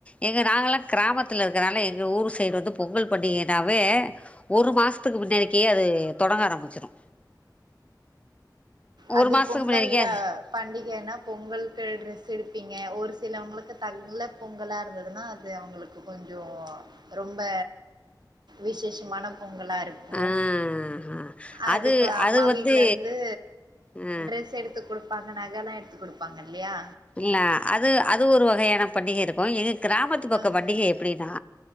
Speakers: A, on the left (about 15°); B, on the right (about 70°).
A: எங்க நாங்கள்லா கிராமத்தில இருக்கறனால எங்கள் ஊர் சைடு வந்து பொங்கல் பண்டிகைனாவே ஒரு மாசத்துக்கு முன்னடிக்கே அது தொடங்க ஆரம்பிச்சிரு
B: அது
A: ஒரு மாசத்துக்கு
B: பொங்கல்ல
A: முன்னாடிக்கே
B: பண்டிகைன்னா பொங்களுக்கு டிரெஸ் எடுப்பிங்க ஒரு சிலவங்களுக்கு தல பொங்கலா இருந்ததுன்னா அது அவங்களுக்கு கொஞ்சோ ரொம்ப விசேஷமான பொங்கலா இருக்
A: ஆ
B: ஓ
A: ஹா
B: அதுக்கு
A: அது
B: அம்மா
A: அது வந்து
B: வீட்ல இருந்து
A: ஆ
B: ட்ரெஸ் எடுத்து குடுப்பாங்க நகல்லா எடுத்து கொடுப்பாங்க இல்லையா
A: இல்ல அது அது ஒரு வகையான பண்டிகை இருக்கும் எங்க கிராமத்து பக்க
B: ம்
A: பண்டிகை எப்டின்னா